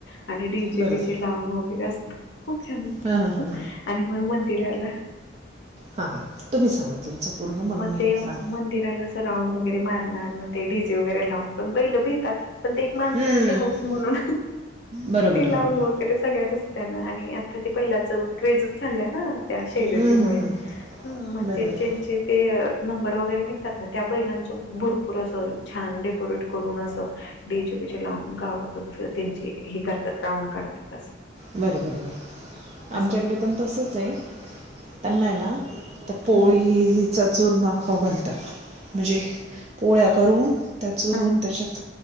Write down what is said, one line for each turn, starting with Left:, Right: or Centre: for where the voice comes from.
Left: आणि रडी जे
Right: बरोबर
Left: वचे लावून वगैरे असतं. खूप छान
Right: हां हां
Left: होत
Right: हां
Left: आणि मग मंदिराला.
Right: हा हा तुम्ही सांगा तुमचं पूर्ण मग मी
Left: ते
Right: सांग.
Left: मंदिराला असं राऊंड वगैरे मारणार मग ते डीजे वगैरे लावून पण पहिलं भितात पण ते एक माणसांचे
Right: हम्म
Left: हौऊस म्हणून.
Right: बरोबर
Left: ती
Right: बरोबर
Left: लावून वगैरे सगळ्या रस्तात्या ना आणि आता ती पहिल्याच क्रेजच झाल्या ना. त्या शैलतीमुळे
Right: हम्म हम्म हम्म
Left: ह म्हगजे
Right: बरोबर
Left: ज्यांचे ते. नंबर वगैरे निघतात ना त्या बैलांच भर. छान डेकोरेट करून असं डीजे बीजे लावून गावातच त्यांचे हे करतात. राऊंड काढतात अस.
Right: बरोबर, आमच्याकडे
Left: असतंय
Right: पण तसच आहे. त्यांना आहे ना त्या
Left: हम्म
Right: पोळीचा चुरमा खाऊ घा. म्हणजे पोळ्या करून त्या चुरून
Left: हा
Right: त्याच्यात